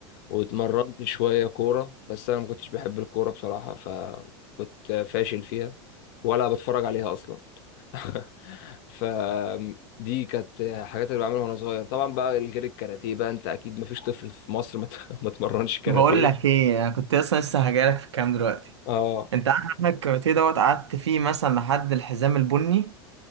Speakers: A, on the left (about 55°); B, on the right (about 80°).
A: واتمرنت شويه كوره بس انا ما كنتش بحب الكوره بصراحه فكنت فاشل فيها ولا بتفرج عليها اصلا <laughs> فدي كانت حاجات اللي بعملها وانا صغير طبعا بقى الجري الكاراتيه بقى انت اكيد ما فيش طفل في مصر ما ت- <laughs> ما اتمرنش كاراتيه
B: بقول لك ايه انا كنت اصلا لسه هجيلك في الكلام دلوقتي
A: اه
B: انت عارف احنا الكاراتيه دوت قعدت فيه مثلا لحد الحزام البني